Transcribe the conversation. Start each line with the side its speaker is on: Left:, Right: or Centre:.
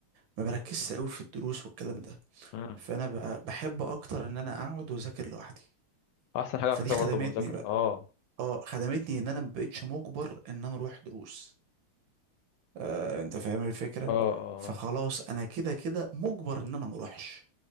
Right: ما بركزش قوي في الدروس والكلام ده
Left: مم.
Right: فانا ب- بحب اكتر ان انا اقعد واذاكر لوحدي
Left: احسن حاجه
Right: فدي
Left: على فكره
Right: خدمتني
Left: برضه بمذاكره
Right: بقى
Left: اه
Right: اه خدمتني ان انا ما بقتش مجبر ان انا اروح دروس آه، انت فاهم الفكره
Left: اه اه
Right: فخلاص انا كده كده مجبر ان انا ما اروحش